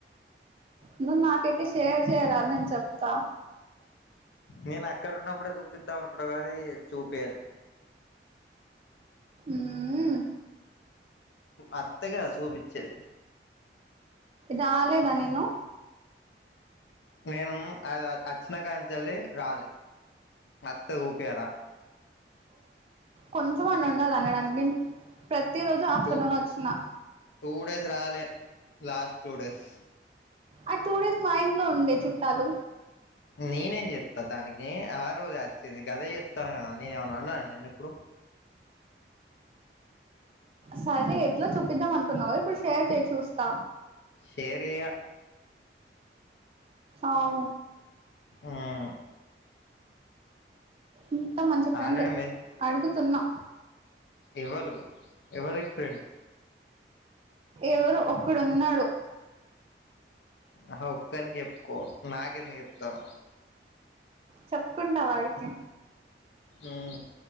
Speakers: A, on the right (about 30°); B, on the left (about 80°).
A: నువ్వు నాకైతే షేర్ చేయరా నేను చెప్తా.
B: నేను అక్కడ ఉన్నప్పుడే చూపిద్దాం అనుకున్నా కానీ చూపియలే.
A: మ్మ్
B: అత్తే గదా సూపిచ్చేది.
A: రాలేదా నేను
B: నేను అది అచ్చిన కాంచెల్లి రాలే, అత్త ఊపియాల
A: కొంచం అన్న ఉండాలి అనడానికి, ప్రతి రోజు ఆఫ్టర్నూన్
B: టూ
A: వచ్చిన
B: టూ డేస్ రాలే, లాస్ట్ టూ డేస్.
A: ఆ టూ డేస్ మా ఇంట్లో ఉండే చుట్టాలు
B: నేనేం చేత్తా దానికి ఆ రోజు అచ్చింది గదే చెప్తాన్న కదా, నేనేమన్నా అన్ననా నిన్ను ఇప్పుడు?
A: సరే ఎట్ల చూపిద్దాం అనుకున్నవు ఇప్పుడు షేర్ చే చూస్తా.
B: షేర్ చేయ
A: అగు
B: ఉమ్
A: ఇంత మంచి ఫ్రెండ్
B: ఆల్రెడీ
A: అడుగుతున్నా
B: ఎవలు ఎవరికి ఫ్రెండ్?
A: ఎవరో ఒక్కడున్నడు
B: అహ ఒక్కని చెప్పుకో నాకెందుకు చెప్తాన్నవు?
A: చెప్పుకుంటా వాడికి
B: ఉమ్